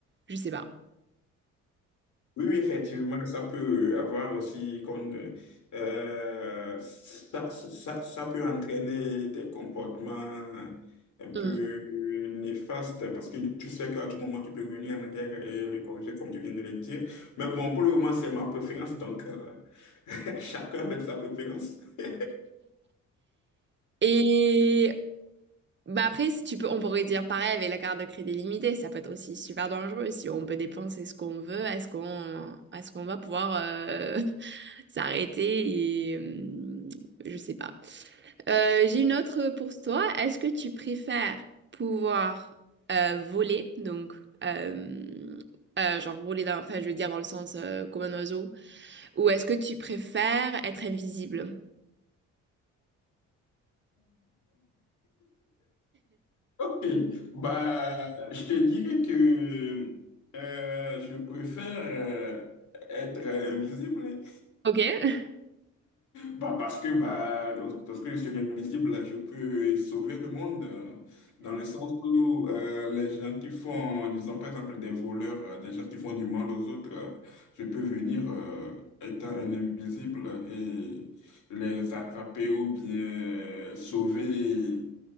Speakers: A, on the right; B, on the left.
A: Je sais pas.
B: Oui, oui, effectivement, ça peut avoir aussi qu'on euh, ça, ça, ça ça peut entraîner des comportements un
A: Mm.
B: peu néfastes parce que tu sais qu'à tout moment tu peux revenir en arrière et le corriger comme tu viens de le dire. Mais bon, pour le moment, c'est ma préférence, donc euh, <laughs> chacun avec sa préférence. <laughs>
A: Et Bah après, si tu peux, on pourrait dire pareil avec la carte de crédit limitée, ça peut être aussi super dangereux. Si on peut dépenser ce qu'on veut, est-ce qu'on est-ce qu'on va pouvoir euh, <laughs> s'arrêter et hum, je sais pas. Euh, j'ai une autre pour toi. Est-ce que tu préfères pouvoir euh, voler, donc euh, euh, genre voler dans, enfin je veux dire dans le sens euh, comme un oiseau, ou est-ce que tu préfères être invisible?
B: Ok, bah, je te dirais que euh, je préfère euh, être invisible
A: Ok. <laughs>
B: Bah parce que bah, lorsque je suis invisible, je peux sauver le monde, euh, dans le sens où euh, les gens qui font, disons par exemple des voleurs, euh, des gens qui font du mal aux autres, euh, je peux venir euh, étant un invisible et les attraper ou bien sauver,